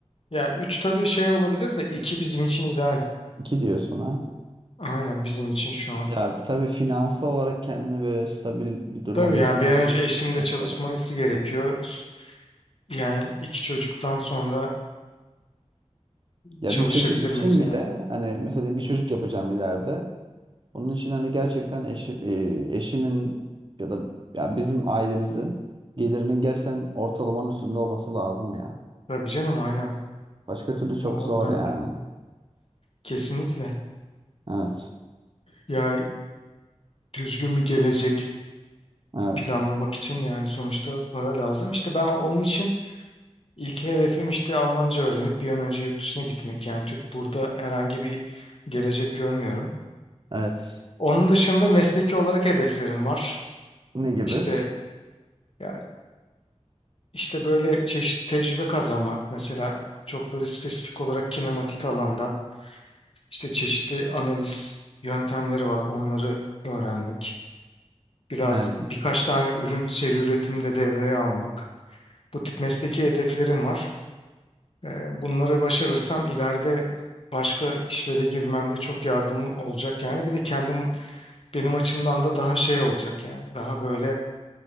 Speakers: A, on the left; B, on the right.
A: Ya üç tabii şey olabilir de iki bizim için ideal.
B: İki diyorsun ha.
A: Aynen bizim için şu an.
B: Ya tabii finansal olarak kendini böyle stabil bir duruma
A: Tabii
B: getirmeden
A: yani bir an önce eşim de
B: çok
A: çalışması
B: zor.
A: gerekiyor. Yani iki çocuktan sonra
B: Ya
A: çalışabilir
B: bir çocuk için
A: mesela.
B: bile hani mesela diyelim bir çocuk yapacağım ileride. Onun için hani gerçekten eşi, e, eşimin ya da ya bizim ailemizin gelirinin gerçekten ortalamanın üstünde olması lazım ya.
A: Tabii canım aynen.
B: Başka türlü çok
A: O
B: zor
A: önemli.
B: yani.
A: Kesinlikle.
B: Evet.
A: Ya düzgün bir gelecek
B: Evet.
A: planlamak için yani sonuçta para lazım. İşte ben onun için ilk hedefim işte Almanca öğrenip bir an önce yurt dışına gitmek. Yani Türk burada herhangi bir gelecek görmüyorum.
B: Evet.
A: Onun dışında mesleki olarak hedeflerim var.
B: Ne gibi?
A: İşte ya İşte böyle çeşitli tecrübe kazanmak mesela çok böyle spesifik olarak kinematik alanda işte çeşitli analiz yöntemleri var onları öğrenmek. Biraz
B: Evet.
A: birkaç tane ürün seri üretimde devreye almak. Bu tip mesleki hedeflerim var. Ee, Bunları başarırsam ileride başka işlere girmemde çok yardım olacak yani. Bir de kendim benim açımdan da daha şey olacak yani. Daha böyle